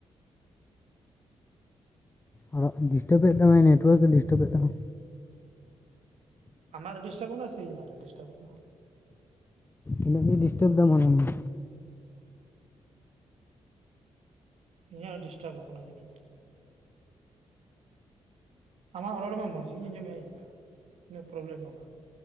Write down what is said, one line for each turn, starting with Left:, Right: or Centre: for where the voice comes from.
Left: ᱟᱨᱚ ᱰᱤᱥᱴᱟᱵ ᱮᱫ ᱛᱟᱢᱟ ᱱᱮᱴᱳᱣᱟᱨᱠ ᱮ ᱰᱤᱥᱴᱟᱵᱽ ᱮᱫ ᱛᱟᱢᱟ
Right: ᱟᱢᱟᱜ ᱰᱤᱥᱴᱟᱵᱚᱜ ᱠᱟᱱᱟ ᱥᱮ ᱤᱧᱟᱹᱜᱟᱜ ᱰᱤᱥᱴᱟᱵᱚᱜ ᱠᱟᱱᱟ
Left: ᱤᱱᱟᱹᱜ ᱜᱮ ᱰᱤᱥᱴᱟᱵᱽ ᱫᱟᱭ ᱢᱚᱱᱮᱦᱚᱭ
Right: ᱤᱧᱟᱹᱜ ᱰᱤᱥᱴᱟᱵᱽ ᱟᱠᱟᱱᱟ ᱡᱟᱹᱱᱤᱡ ᱟᱢᱟᱜ ᱨᱚᱲ ᱢᱟ ᱢᱚᱸᱡᱽ ᱜᱤᱧ ᱟᱸᱡᱚᱢᱮᱜᱼᱟ ᱤᱧᱢᱟ ᱩᱱᱟᱹᱜ ᱯᱨᱚᱵᱞᱮᱢ ᱢᱟ ᱵᱟᱝ